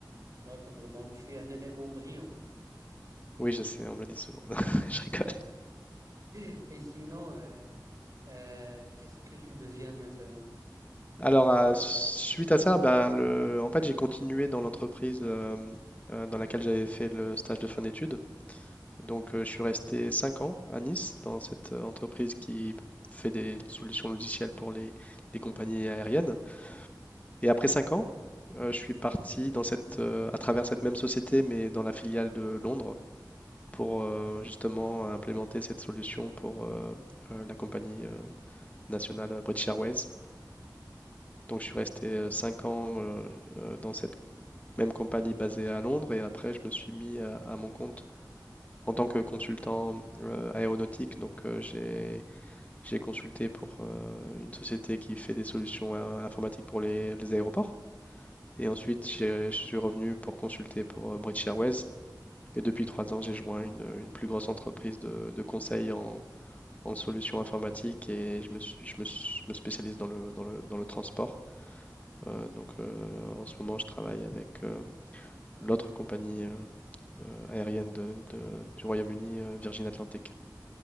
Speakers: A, on the right; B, on the left.
A: D'accord. Donc tu es un élément brillant.
B: Oui, je sais, on me le dit souvent. <laughs> Je rigole.
A: <laughs> Et sinon, euh, euh, qu'est-ce que tu deviens maintenant?
B: Alors, à- suite à ça, ben, le, en fait, j'ai continué dans l'entreprise euh, euh, dans laquelle j'avais fait le stage de fin d'études. Donc, euh, je suis resté 5 ans à Nice, dans cette euh, entreprise qui fait des solutions logicielles pour les les compagnies aériennes. Et après cinq ans, euh, je suis parti dans cette, euh, à travers cette même société, mais dans la filiale de Londres, pour euh, justement implémenter cette solution pour euh, euh, la compagnie euh, nationale British Airways. Donc je suis resté euh, cinq ans euh, euh, dans cette même compagnie basée à Londres et après je me suis mis à, à mon compte en tant que consultant euh, aéronautique. Donc euh, j'ai j'ai consulté pour euh, une société qui fait des solutions euh, informatiques pour les les aéroports. Et ensuite, j'ai- je suis revenu pour consulter pour euh, British Airways. Et depuis trois ans, j'ai joint une, une plus grosse entreprise de, de conseil en, en solutions informatiques et je me suis, je me, suis- je me spécialise dans le, dans le, dans le transport. Euh, donc euh, en ce moment, je travaille avec euh, l'autre compagnie euh, aérienne de- de- du Royaume-Uni, euh, Virgin Atlantic.